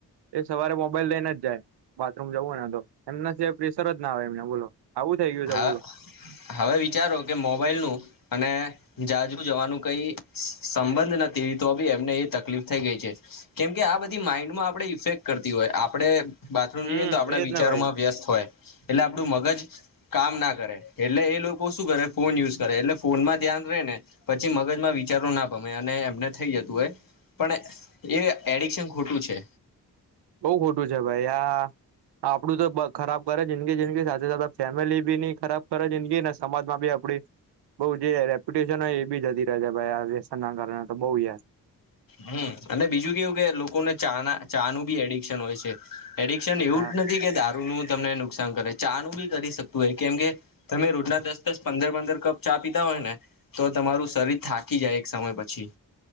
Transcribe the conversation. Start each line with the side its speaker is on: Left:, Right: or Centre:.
Right: એ સવારે મોબાઈલ લઈને જ જાય બાથરૂમ જવું હોઈને તો એમના સવારે પ્રેેશર જ ના આવે એમને બોલો. આવું થઈ ગયું છે
Left: હા
Right: બોલો
Left: હવે વિચારો કે મોબાઈલનું અને જાજુ જવાનું કઈ સંબંધ નથી તો બી એમને એ તકલીફ થઈ ગઈ છે. કેમકે આ બધી માઈન્ડમાં આપડે ઇફેક્ટ કરતી હોય આપડે બાથરૂમ
Right: હમ
Left: જઈએ ને તો આપડા
Right: એજ
Left: વિચારોમાં
Right: ભાઈ
Left: વ્યસ્ત હોય એટલે આપડું મગજ કામ ના કરે એટલે એ લોકો શું કરે ફોન યુઝ કરે એટલે ફોનમાં ધ્યાન રે ને પછી મગજમાં વિચારો ના પામે અને એમને થઈ જતું હોય. પણ એ એડિકશન ખોટું છે.
Right: બઉ ખોટું છે ભાઈ આ આપડું તો બ ખરાબ કરે જિંદગી જિંદગી સાથે સાથે આ ફેમિલી બી ની ખરાબ ખરા જિંદગી ને સમાજમાં બી આપડી બઉ જે રેપ્યુટેશન હોય એ બી જતી રહે છે ભાઈ આ વ્યસનના કારણે તો બહુ યાર.
Left: હમ્મ અને બીજું કેવું કે લોકોને ચા ના ચા નું બી એડિકશન હોય છે. એડિક્શન એવું
Right: હા
Left: જ નથી કે દારૂ નું તમને નુકસ શાન કરે ચા નું બી કરી શકતું હોય કેમ કે તમે રોજના દસ દસ પંદર પંદર કપ ચા પીતા હોય ને તો તમારું શરીર થાકી જાય એક સમય પછી.